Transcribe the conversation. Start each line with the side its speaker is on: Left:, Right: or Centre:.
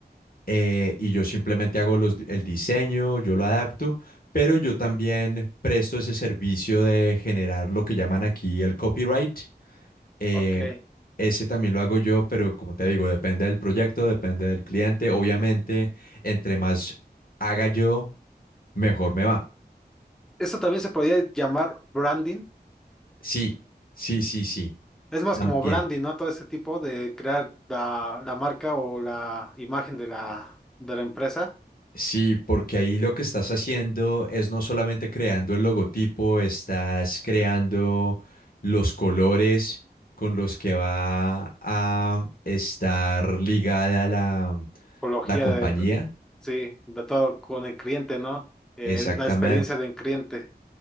Left: eh, y yo simplemente hago los di- el diseño, yo lo adapto, pero yo también presto ese servicio de generar lo que llaman aquí el copyright Eh,
Centre: Ok.
Left: ese también lo hago yo, pero como te digo, depende del proyecto, depende del cliente. Obviamente, entre más haga yo, mejor me va.
Centre: Eso también se podría llamar branding.
Left: Sí, sí, sí, sí.
Centre: Es más
Left: También.
Centre: como branding, ¿no? Todo ese tipo de crear la, la marca o la imagen de la, de la empresa.
Left: Sí, porque ahí lo que estás haciendo es no solamente creando el logotipo, estás creando los colores con los que va a estar ligada la,
Centre: Apología
Left: la compañía.
Centre: de, sí, de todo con el cliente, ¿no? Eh,
Left: Exactamente.
Centre: la experiencia del cliente.